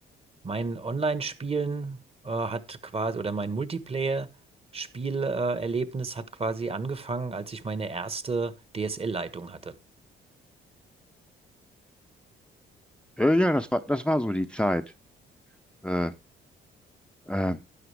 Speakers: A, on the right; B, in the centre.
A: mein Online-Spielen äh, hat quasi, oder mein Multiplayer-Spielerlebnis äh, Erlebnis hat quasi angefangen, als ich meine erste DSL-Leitung hatte.
B: Ja, ja, das war, das war so die Zeit. Äh, äh,